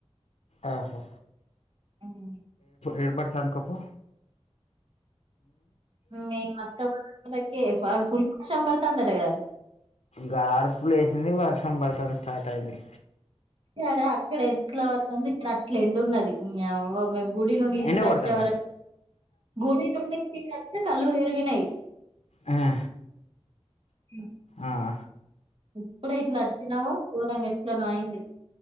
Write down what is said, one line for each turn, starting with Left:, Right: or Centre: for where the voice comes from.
Left: ఆహా
Right: ఉమ్.
Left: ఇడు బాట్లు అంద్కో పో
Right: మీ అత్తమ్మొల్లకే పవర్ఫుల్ వర్షం పడుతందటగా
Left: గాడ్పు లేసింది వర్షం పడతంది. స్టార్ట్ అయింది
Right: ఇక్కడ అక్కడ ఎట్లా ఉంది ఇక్కడ అట్ల ఎండున్నది. నీ యవ్వ మేం గుడి నుండి ఇంటికచ్చేవరకు
Left: ఎండ కొడతాందా
Right: గుడి నుండి ఇంటి కత్తె కళ్లు తిరిగినై
Left: హా
Right: ఉమ్.
Left: ఆ వ్వ
Right: ఇప్పుడే ఇట్లా వచ్చినము గోరంగా ఎట్లనో అయింది